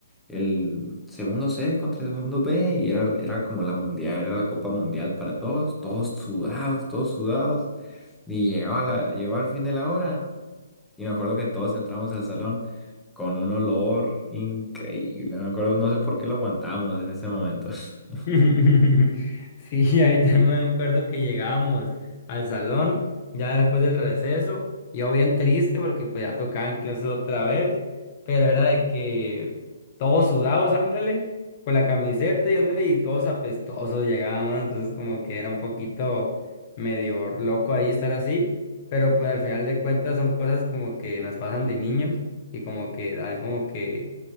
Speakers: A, in the centre; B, on the left (about 25°).
A: el segundo C contra el segundo B, y era, era como la mundial, era la Copa Mundial para todos, todos sudados, todos sudados, y llegaba la, llegó al fin de la hora. Y me acuerdo que todos entramos al salón con un olor increíble. Me acuerdo, no sé por qué lo aguantamos en ese momento. <laughs>
B: <laughs> Sí, ahorita no me acuerdo que llegábamos al salón ya después del receso, yo bien triste porque pues ya tocaban clases otra vez, pero era de que todos sudados, ándale, con la camiseta y ándale, y todos apestosos llegábamos, entonces como que era un poquito medio loco ahí estar así, pero pues al final de cuentas son cosas como que nos pasan de niños y como que dan como que,